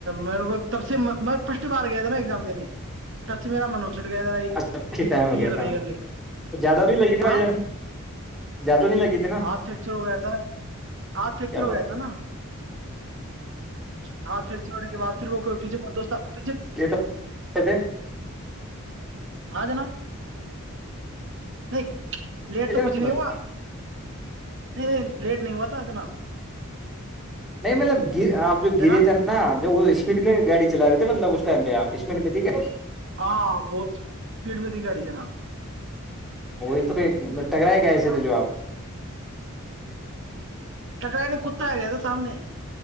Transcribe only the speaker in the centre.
اچھا اچھی
ٹائم ہو گیا
تھا
زیادہ بھی لگی تھی
بھائی جان زیادہ نہیں لگی تھی نا
کیا بات
یہ توے
اور
نہیں مطلب گ آپ جو گرے
تھے نا جو وہ اسپیڈ میں گاڑی چلا رہے تھے مطلب اسٹائ آپ اس مٹ ٹھیک ہے
وہی تو پھر ٹکراائے گ ایسے تو جو آپ